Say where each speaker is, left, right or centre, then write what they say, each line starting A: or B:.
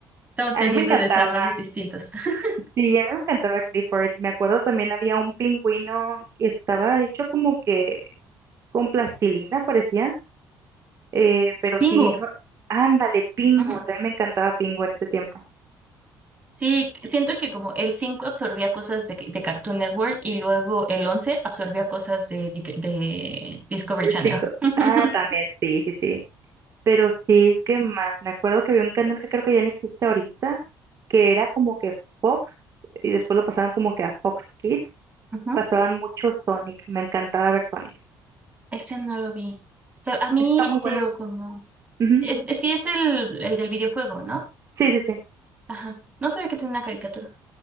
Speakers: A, on the right (about 20°); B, on the right (about 45°).
A: estamos
B: a
A: teniendo
B: mí me encantaba.
A: desarrollos distintos. <laughs>
B: Sí, a mí me encantaba Clifford. Me acuerdo también había un pingüino que estaba hecho como que con plastilina, parecía. Eh, pero
A: Pingu.
B: sí, no me- ándale, Pingu.
A: Ujú.
B: También me encantaba Pingu en ese tiempo.
A: Sí, siento que como el 5 absorbía cosas de, de Cartoon Network y luego el 11 absorbía cosas de, de de Discovery
B: El
A: Channel.
B: cinco.
A: <laughs>
B: Ah, también, sí, sí, sí. Pero sí, ¿qué más? Me acuerdo que había un canal que creo que ya no existe ahorita, que era como que Fox, y después lo pasaban como que a Fox Kids.
A: Ujú.
B: pasaban mucho Sonic, me encantaba ver Sonic.
A: Ese no lo vi. O sea, a mí
B: Está muy bueno.
A: te digo como...
B: Ujú.
A: Es, es- sí es el, el del videojuego, ¿no?
B: Sí, sí, sí.
A: Ajá. No sabía que tenía una caricatura.